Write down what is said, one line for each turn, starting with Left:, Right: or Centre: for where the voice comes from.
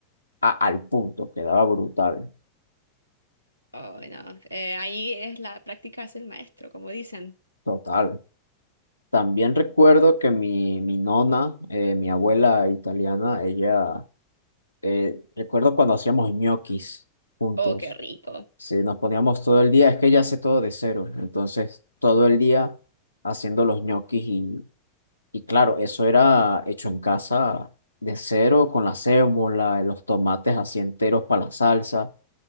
Left: a- al punto, quedaba brutal,
Right: Oh, no. eh, ahí es la práctica, es el maestro, como dicen.
Left: total. También recuerdo que mi, mi nona, eh, mi abuela italiana, ella, eh, recuerdo cuando hacíamos ñoquis juntos.
Right: Oh, qué rico.
Left: Sí, nos poníamos todo el día, es que ella hace todo de cero, entonces todo el día haciendo los ñoquis y, y claro, eso era hecho en casa de cero con la sémola, los tomates así enteros para la salsa.